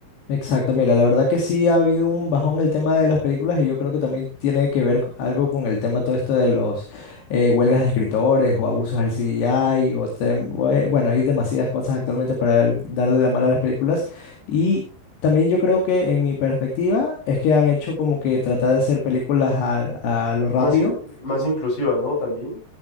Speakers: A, on the left; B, on the left.
A: Exacto, mira, la verdad que sí ha habido un bajón en el tema de las películas y yo creo que también tiene que ver co- algo con el tema todo esto de los eh, huelgas de escritores o abusos del CGI o tem- o, eh, bueno, hay demasiadas cosas actualmente para el- darle la mala a las películas y también yo creo que en mi perspectiva es que han hecho como que tratar de hacer películas a, a lo rápido.
B: Más, in- más inclusiva, ¿no? También.